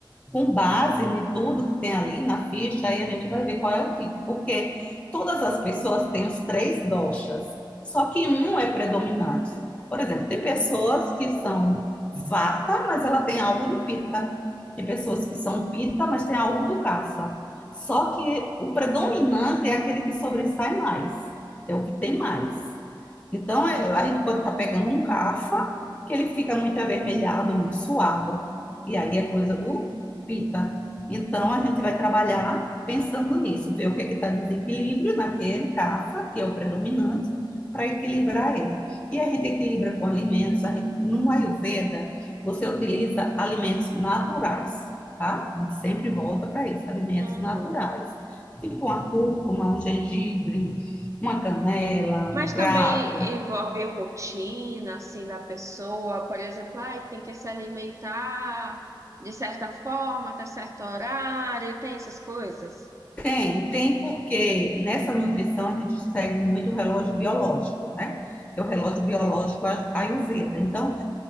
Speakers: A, on the left; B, on the right.
A: com base em tudo que tem ali na ficha, aí a gente vai ver qual é o tipo, porque todas as pessoas têm os três doshas, só que um é predominante. Por exemplo, tem pessoas que são vata, mas ela tem algo do pita. Tem pessoas que são pita, mas tem algo do kapha. Só que o predominante é aquele que sobressai mais, é o que tem mais. Então, é, a gente pode estar pegando um cafa, que ele fica muito avermelhado, muito suado. E aí é coisa do pita. Então, a gente vai trabalhar pensando nisso, ver o que é que está desequilíbrio naquele cafa, que é o predominante, para equilibrar ele. E a gente equilibra com alimentos. A gente, no Ayurveda, você utiliza alimentos naturais, tá? A gente sempre volta para isso, alimentos
B: uhum.
A: naturais. Tipo uma cúrcuma, um gengibre, uma canela,
B: Mas
A: um cravo,
B: também envolve rotina, assim, da pessoa, por exemplo, ai, tem que se alimentar de certa forma, até certo horário, tem essas coisas.
A: Tem, tem porque nessa nutrição a gente segue muito o relógio biológico, né? Que é o relógio biológico a- Ayurveda. Então,